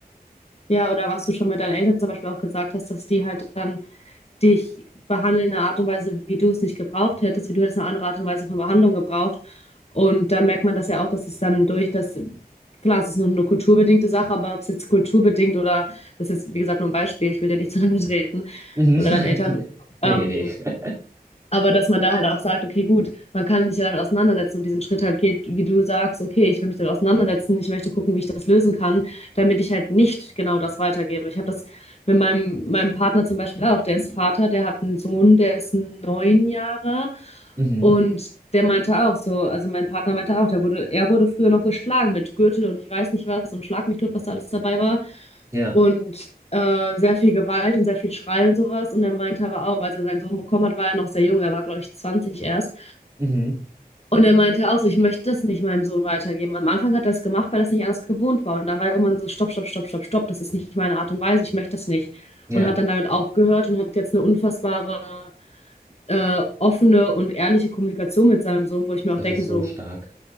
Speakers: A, on the left; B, on the right.
A: Ja, oder was du schon mit deinen Eltern zum Beispiel auch gesagt hast, dass die halt dann dich behandeln in einer Art und Weise, wie du es nicht gebraucht hättest, wie du hättest eine andere Art und Weise von Behandlung gebraucht. Und da merkt man das ja auch, dass es dann durch das, klar, es ist noch eine kulturbedingte Sache, aber ob es jetzt kulturbedingt oder, das ist jetzt, wie gesagt, nur ein Beispiel, ich will dir nicht zu lange <laughs> treten
B: Mhm.
A: oder deinen Eltern,
B: <laughs> Nee,
A: ähm,
B: nee, nee.
A: aber dass man da halt auch sagt, okay, gut, man kann sich ja damit auseinandersetzen und diesen Schritt halt geht, wie du sagst, okay, ich will mich damit auseinandersetzen, ich möchte gucken, wie ich das lösen kann, damit ich halt nicht genau das weitergebe. Ich habe das mit meinem, meinem Partner zum Beispiel auch, der ist Vater, der hat einen Sohn, der ist neun Jahre
B: Mhm.
A: und der meinte auch so, also mein Partner meinte auch, der wurde, er wurde früher noch geschlagen mit Gürtel und ich weiß nicht was und Schlag mich tot, was da alles dabei war
B: Ja.
A: und äh, sehr viel Gewalt und sehr viel Schreien und sowas. Und er meinte aber auch, als er seinen Sohn bekommen hat, war er noch sehr jung, er war, glaube ich, 20 erst.
B: Mhm.
A: Und er meinte auch so, ich möchte das nicht meinem Sohn weitergeben. Am Anfang hat er es gemacht, weil er es nicht anders gewohnt war. Und dann war er irgendwann so, stopp, stopp, stopp, stopp, stopp, das ist nicht meine Art und Weise, ich möchte das nicht.
B: Ja.
A: Und hat dann damit aufgehört und hat jetzt eine unfassbare, äh, offene und ehrliche Kommunikation mit seinem Sohn, wo ich mir
B: Das
A: auch denke,
B: ist so
A: so,
B: stark.